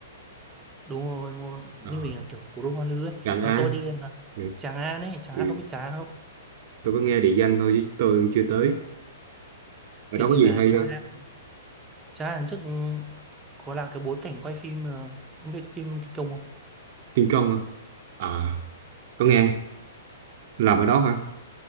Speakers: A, on the right; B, on the right.
A: Đúng rồi, đúng rồi. Ninh
B: À,
A: Bình là kiểu cố đô Hoa Lư ấy.
B: Gần
A: Ờ,
B: An.
A: tôi đi ờ,
B: Ừ,
A: Tràng An ấy, Tràng
B: ừ.
A: An ông biết Tràng An không?
B: Tôi có nghe địa danh thôi chứ tôi cũng chưa tới. Ở
A: Kiểu
B: đó có
A: như
B: gì
A: là
B: hay
A: Tràng
B: không?
A: An Chà, lần trước ừ, có là cái bối cảnh quay phim ờ, ông biết phim Kinh Công không?
B: Tiên công hả? À, có nghe. Làm ở đó hả?